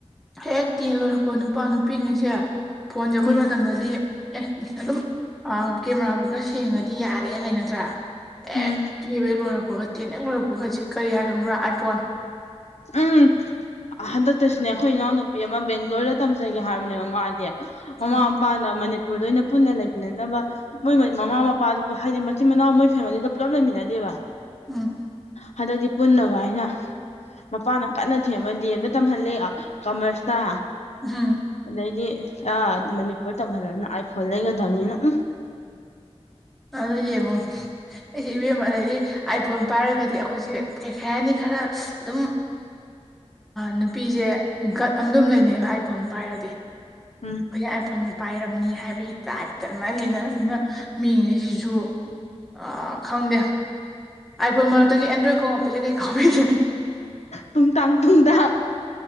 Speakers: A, in the centre; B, on the left (about 80°).
A: ꯍꯦꯛ ꯍꯦꯛ ꯇꯦꯜ ꯂꯣꯏꯔꯛꯄ ꯅꯨꯄꯥ ꯅꯨꯄꯤꯉꯩꯁꯦ ꯐꯣꯟꯁꯦ ꯑꯩꯈꯣꯏ
B: ꯎꯝ
A: ꯃꯇꯝꯗꯗꯤ ꯑꯦ ꯑꯗꯨꯝ ꯀꯦꯃꯦꯔꯥꯕꯨ ꯈꯔ ꯁꯦꯡꯉꯗꯤ ꯌꯥꯔꯦꯅ ꯂꯩ ꯅꯠꯇ꯭ꯔꯥ
B: ꯎꯝ
A: ꯑꯦꯛ ꯇꯨꯌꯦꯕ ꯍꯦꯛ ꯂꯣꯏꯔꯛꯄꯒ ꯇꯦꯟ ꯍꯦꯛ ꯂꯣꯏꯔꯛꯄꯒ ꯍꯨꯖꯤꯛ ꯀꯔꯤ ꯍꯥꯏ ꯈꯪꯕ꯭ꯔꯥ ꯑꯥꯏꯐꯣꯟ
B: ꯎꯝ ꯍꯟꯗꯛꯇꯁꯨꯅꯦ ꯑꯩꯈꯣꯏ ꯏꯅꯥꯎꯅꯨꯄꯤ ꯑꯃ ꯕꯦꯡꯒ꯭ꯂꯣꯔꯗ ꯇꯝꯖꯒꯦ ꯍꯥꯏꯕꯅꯦ ꯃꯃꯥꯗꯤ ꯃꯃꯥ
A: ꯎꯝ
B: ꯃꯄꯥꯅ ꯃꯅꯤꯄꯨꯔ ꯂꯣꯏꯅ ꯄꯨꯟꯅ ꯂꯩꯃꯤꯟꯅꯅꯕ ꯃꯣꯏ ꯃꯃꯥ ꯃꯄꯥꯗꯨ ꯍꯥꯏꯗꯤ ꯃꯆꯤꯟ ꯃꯅꯥꯎ ꯃꯣꯏ ꯐꯦꯃꯤꯂꯤꯗ ꯄꯨꯂꯞ ꯂꯩꯃꯤꯟꯅꯗꯦꯕ
A: ꯎꯝ
B: ꯍꯟꯗꯛꯇꯤ ꯄꯨꯟꯅꯕ ꯍꯥꯏꯅ ꯃꯄꯥꯅ ꯀꯟꯅ ꯊꯦꯝꯃꯗꯤ ꯑꯝꯇ ꯇꯝꯍꯜꯂꯦ ꯀꯃꯔꯁꯇ
A: ꯑꯍꯝ
B: ꯑꯗꯩꯗꯤ ꯑ ꯃꯅꯤꯄꯨꯔ ꯇꯝꯍꯜꯂꯅ ꯑꯥꯏ ꯐꯣꯟ ꯂꯩꯒꯗꯕꯅꯤꯅ ꯎꯝ
A: ꯑꯗꯣ ꯌꯦꯡꯉꯣ ꯑꯩꯁꯦ ꯏꯕꯦꯝꯃ ꯑꯗꯩꯗꯤ ꯑꯥꯏꯐꯣꯟ ꯄꯥꯏꯔꯒꯗꯤ ꯑꯩꯈꯣꯏꯁꯦ ꯀꯩ ꯍꯥꯏ ꯍꯥꯏꯅꯤ ꯈꯔ ꯑꯗꯨꯝ ꯅꯨꯄꯤꯁꯦꯀꯠ ꯑ ꯑꯗꯨꯝ ꯂꯩꯅꯩꯕ ꯑꯥꯏꯐꯣꯟ ꯄꯥꯏꯔꯗꯤ
B: ꯎꯝ
A: ꯑꯩꯈꯣꯏꯁ ꯑꯥꯏꯐꯣꯟ ꯄꯥꯏꯔꯝꯅꯤ ꯍꯥꯏꯕꯒꯤ ꯇꯥꯏꯞꯇ ꯑꯗꯨꯃꯥꯏꯅ ꯂꯩꯅꯅꯤꯅ ꯃꯤꯉꯩꯁꯤꯁꯨ ꯑ ꯈꯪꯗꯦ ꯑꯥꯏꯐꯣꯟ ꯃꯔꯛꯇꯒꯤ ꯑꯦꯟꯗ꯭ꯔꯣꯏꯗ ꯈꯣꯡꯉꯛꯄꯁꯦ ꯀꯩ ꯈꯥꯎꯕꯤꯒꯦ
B: ꯇꯨꯡ ꯇꯥꯡ ꯇꯨꯡꯗꯥꯡ